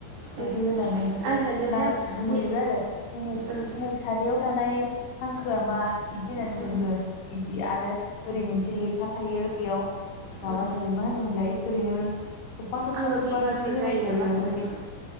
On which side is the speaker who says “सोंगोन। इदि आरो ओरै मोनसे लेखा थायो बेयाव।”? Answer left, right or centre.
Left